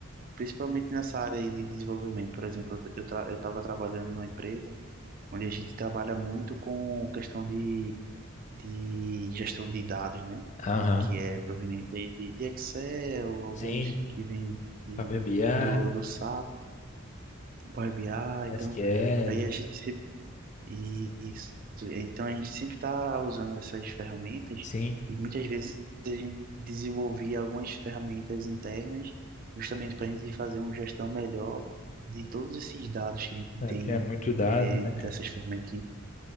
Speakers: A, on the right; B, on the left.
A: principalmente nessa área aí de desenvolvimento, por exemplo, eu tra eu estava trabalhando numa empresa onde a gente trabalha muito com questão de, de gestão de dados, né,
B: Aham.
A: que é proveniente aí de, de Excel, alguns
B: Sim,
A: que vêm de-
B: Power BI,
A: do, do SAP, Power BI,
B: SQL,
A: então aí a gente sempre, e, isso, então a gente sempre está usando essas ferramentas
B: sim.
A: e muitas vezes a gente desenvolvia algumas ferramentas internas justamente para a gente fazer uma gestão melhor de todos esses dados que a gente tem
B: É porque é muito dado,
A: eh,
B: né,
A: dessas
B: cara?
A: ferramentas